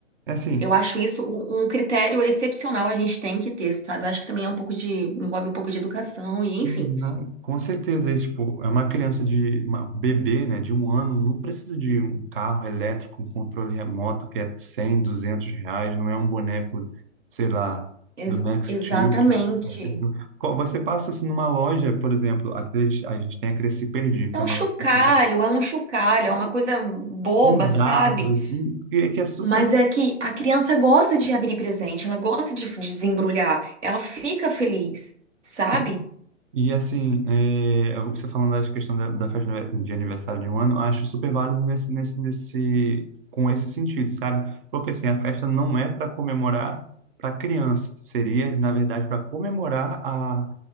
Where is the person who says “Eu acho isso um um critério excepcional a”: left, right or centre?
Right